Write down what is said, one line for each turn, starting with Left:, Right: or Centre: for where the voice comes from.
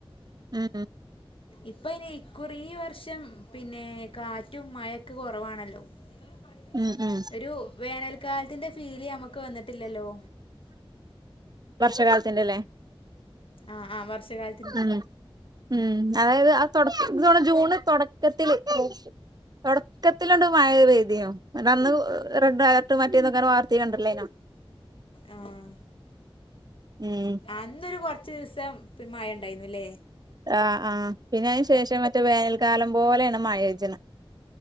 Right: ഉം
Left: ഇപ്പ അയ്ന് ഇക്കുറി ഈ വർഷം പിന്നെ കാറ്റും മഴൊക്കെ കൊറവാണല്ലോ എല്ലാരും പഠ
Right: ഉം ഉം
Left: ഒരു വേനൽക്കാലത്തിന്റെ ഫീല് നമുക്ക് വന്നിട്ടില്ലല്ലോ
Right: വർഷകാലത്തിന്റെല്ലേ
Left: ആഹ് ആ വർഷ കാല
Right: ഉം ഉം അതായത് ആ തുട ജൂണ് തുടക്കത്തില് തുടക്കത്തിലുണ്ട് മഴ പെയ്തിനു അന്ന് റെഡ് അലേർട്ട് മറ്റിയന്നൊക്കെ വാർത്തയ കണ്ടല്ലോ അനോ
Left: ആഹ്
Right: ഉം
Left: അന്നൊരു കൊറച്ചു ദിവസം മഴ ഉണ്ടായിരുന്നുല്ലേ
Right: ആ ആ പിന്നെ അതിനു ശേഷം മറ്റേ വേനൽക്കാലം പോലെയാണ് മഴ പെചണത്